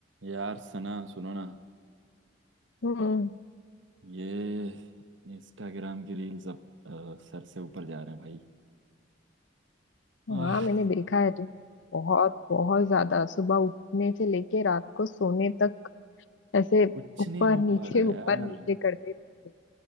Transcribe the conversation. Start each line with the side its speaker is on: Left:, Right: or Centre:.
Right: यार सना सुनो ना
Left: हम्म
Right: ये इंस्टाग्राम की रील्स अब अ, सर से ऊपर जा रहे हैं भाई
Left: हाँ
Right: आह,
Left: मैंने देखा है तुम बहुत बहुत ज्यादा सुबह उठने से लेके रात को सोने तक ऐसे
Right: कुछ
Left: ऊपर
Right: नहीं हो
Left: नीचे
Right: पा रहा
Left: ऊपर
Right: यार
Left: नीचे करते रहते हैं।